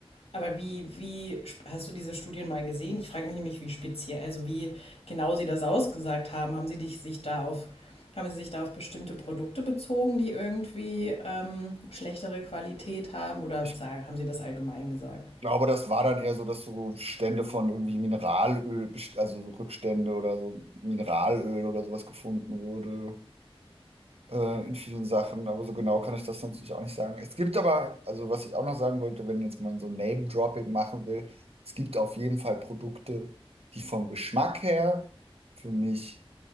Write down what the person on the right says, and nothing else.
ich
glaube, das war dann eher so, dass so Stände von irgendwie Mineralöl, best- also so Rückstände oder so Mineralöl oder sowas gefunden wurde. äh, in vielen Sachen, aber so genau kann ich das natürlich auch nicht sagen. Es gibt aber, also was ich auch noch sagen wollte, wenn jetzt man so Name-Dropping machen will, es gibt auf jeden Fall Produkte, die vom Geschmack her für mich